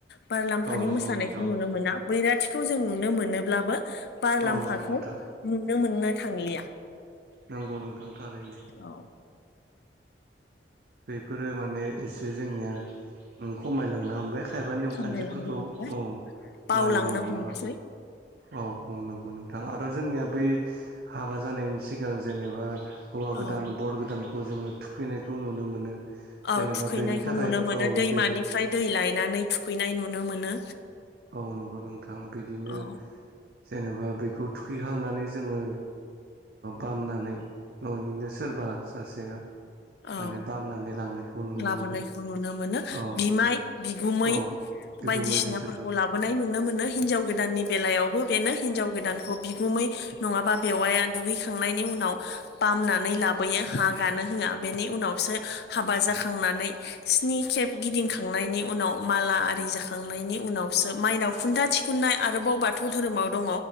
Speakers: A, on the left; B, on the right.
A: बार लाम्फानि
B: औ नंगौ
A: मोसानायखौ
B: नोंथां
A: नुनो मोना बैराथिखौ जों नुनो मोनोब्लाबो बार
B: औ
A: लाम्फाखौ
B: नंगौ नोंथां
A: नुनो मोननो थांलिया
B: नांगौ नोंथां थारैनो
A: औ
B: बेफोरो माने एसे जोंनिया खमायलांनो हमबाय खायफा नेमखान्थिफोरखौ
A: खमायलांनो हमबाय
B: औ
A: बावलांनो
B: मानिनो हमा
A: हमसै
B: औ औ नंगौ नोंथां आरो जोंनियाब बै हाबा जानायनि सिगां जेनेबा हौवा गोदान
A: औ
B: बर गोदान खौ जोङो थुखैनायखौ नुनो मोनो जेनेबा
A: औ थुखैनायखौ
B: बेनि थाखाय
A: नुनो मोनो
B: औ
A: दैमानिफ्राय
B: बेनो
A: दै लायनानै थुखैनाय नुनो मोनो
B: औ नंगौ नोंथां बिदिनो
A: औ
B: जेनेबा बेखौ थुखैहांनानै जोङो बामनानै न'निनो सोरबा सासेया माने
A: औ
B: बामनानै लांनायखौ नुनो
A: लाबोनायखौ
B: मोनो
A: नुनो मोनो
B: औ
A: बिमाय बिगुमै
B: औ बिगुमै
A: बायदिसिनाफोरखौ
B: बिसोरखौ
A: लाबोनाय नुनो मोनो हिनजाव गोदाननि बेलायाव बेनो हिनजाव गोदानखौ बिगुमै नङाबा बेवाया दुगैखांनायनि उनाव फामनानै लाबोयो हा गानो होआ बेनि उनावसो हाबा जाखांनानै स्नि खेब गिदिंखांनायनि उनाव माला आरो जाखांनायनि उनावसो माइनाव खुन्था थिखुन्नाय आरोबाव बाथौ धोरोमाव दङ